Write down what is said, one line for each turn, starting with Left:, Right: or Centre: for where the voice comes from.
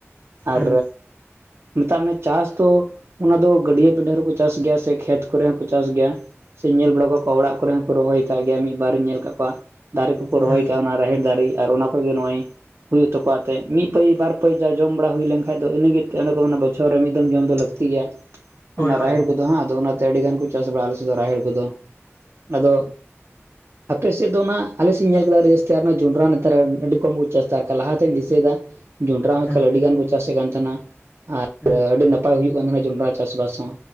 Left: ᱦᱩᱸ
Right: ᱟᱨ ᱢᱮᱛᱟᱜ ᱢᱮ ᱪᱟᱥ ᱫᱚ ᱚᱱᱟ ᱫᱚ ᱜᱟᱹᱰᱭᱟᱹ ᱯᱤᱱᱰᱟᱹ ᱨᱮᱦᱚᱠᱚ ᱪᱟᱥ ᱜᱮᱭᱟ ᱥᱮ ᱠᱷᱮᱛ ᱠᱚᱨᱮ ᱦᱚᱸᱠᱚ ᱪᱟᱥ ᱜᱮᱭᱟ ᱥᱮ ᱧᱮᱞ ᱵᱟᱲᱟ ᱠᱟᱜ ᱠᱚᱣᱟ ᱚᱲᱟᱜ ᱠᱚᱨᱮ ᱦᱚᱸᱠᱚ ᱨᱚᱦᱚᱭ ᱠᱟᱜ ᱜᱮᱭᱟ ᱢᱤᱫ ᱵᱟᱨᱤᱧ ᱧᱮᱞ ᱠᱟᱜ ᱠᱚᱣᱟ ᱫᱟᱨᱮ ᱠᱚᱠᱚ
Left: ᱦᱩᱸ
Right: ᱨᱚᱦᱚᱭ ᱠᱟᱜᱼᱟ ᱚᱱᱟ ᱨᱟᱦᱮᱲ ᱫᱟᱨᱮ ᱟᱨ ᱚᱱᱟ ᱠᱷᱚᱡᱜᱮ ᱱᱚᱜᱼᱚᱭ ᱦᱩᱭᱩᱜ ᱛᱟᱠᱚᱣᱟ ᱟᱛᱮ ᱢᱤᱫ ᱯᱟᱹᱭ ᱵᱟᱨ ᱯᱟᱹᱭ ᱡᱟ ᱡᱚᱢ ᱵᱟᱲᱟ ᱦᱩᱭ ᱞᱮᱱᱠᱷᱟᱡ ᱫᱚ ᱤᱱᱟᱹᱜᱤ ᱚᱱᱮ ᱠᱚ ᱢᱮᱱᱟ ᱵᱚᱪᱷᱚᱨ ᱨᱮ ᱢᱤᱫ ᱫᱚᱢ ᱡᱚᱢ ᱫᱚ ᱞᱟᱹᱠᱛᱤ ᱜᱮᱭᱟ
Left: <inaudible>
Right: ᱚᱱᱟ ᱨᱟᱦᱮᱲ
Left: ᱦᱳᱭ
Right: ᱠᱚᱫᱚ ᱦᱟᱸᱜ ᱟᱫᱚ ᱚᱱᱟᱛᱮ ᱟᱹᱰᱤ ᱜᱟᱱ ᱠᱚ ᱪᱟᱥ ᱵᱟᱲᱟᱭᱟ ᱟᱞᱮ ᱥᱮᱫ ᱫᱚ ᱨᱟᱦᱮᱲ ᱠᱚᱫᱚ ᱟᱫᱚ ᱟᱯᱮ ᱥᱮᱫ ᱫᱚ ᱚᱱᱟ ᱟᱞᱮ ᱥᱤᱧ ᱧᱮᱞ ᱠᱮᱫᱟ ᱟᱹᱰᱤ ᱡᱟᱹᱥᱛᱤ ᱟᱨ ᱚᱱᱟ ᱡᱚᱱᱰᱨᱟ ᱱᱮᱛᱟᱨ ᱟᱹᱰᱤ ᱠᱚᱢ ᱠᱚ ᱪᱟᱥᱫᱟ, ᱟᱨᱠᱷᱟᱡ ᱞᱟᱦᱟᱛᱮᱧ ᱫᱤᱥᱟᱹᱭᱫᱟ ᱡᱩᱱᱰᱨᱟ ᱦᱚᱸ
Left: ᱦᱩᱸ
Right: ᱠᱷᱟᱹᱞ ᱟᱹᱰᱤ ᱜᱟᱱ ᱠᱚ ᱪᱟᱥᱮᱫ ᱠᱟᱱ ᱛᱟᱦᱮᱸᱱᱟ ᱟᱨ
Left: ᱦᱩᱸ
Right: ᱟᱹᱰᱤ ᱱᱟᱯ ᱯᱟᱭ ᱦᱩᱭᱩᱜ ᱠᱟᱱ ᱛᱟᱦᱮᱸᱱᱟ ᱡᱚᱱᱰᱨᱟ ᱪᱟᱥᱵᱟᱥ ᱦᱚᱸ,